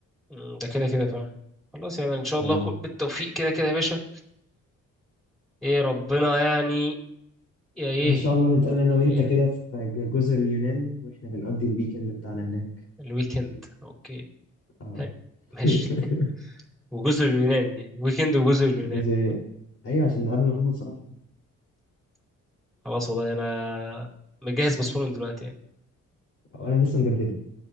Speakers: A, in the centre; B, on the left.
A: مم، ده كده كده فعلا خلاص يعني ان شاء الله
B: أه
A: كل- بالتوفيق كده كده يا باشا ايه ربنا يعني يا ايه
B: إن شاء الله نتقابل أنا وأنت
A: إيه،
B: كده في ج- جزر اليونان وإحنا بنقضي الويكند بتاعنا هناك
A: الويكند اوكي
B: أه
A: حلو ماشي
B: <laughs>
A: <laughs> وجزر اليونان يعني ويكند وجزر اليونان
B: جزر أيوة عشان نقابل محمد صلاح ده،
A: خلاص والله انا مجهز باسبور من دلوقتي يعني
B: وأنا لسه مجددة